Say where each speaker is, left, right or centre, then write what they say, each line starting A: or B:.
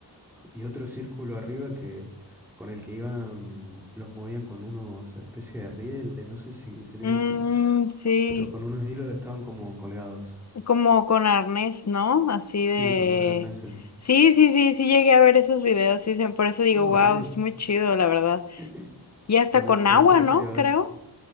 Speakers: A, in the centre; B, on the left.
A: <laughs> y otro círculo arriba que con el que iban, los movían con unos especie de rieles, no sé si se le
B: Mm,
A: dice así,
B: sí,
A: pero con unos hilos estaban como colgados.
B: como con arnés, ¿no? Así de...
A: Sí, con unos arneses.
B: Sí, sí, sí, sí llegué a ver esos videos, sí, se- por eso digo,
A: Ah,
B: wow,
A: ok.
B: es muy chido, la verdad.
A: <clears throat>
B: Y hasta
A: Con,
B: con
A: e- por
B: agua,
A: eso los
B: ¿no?
A: quería ver.
B: Creo,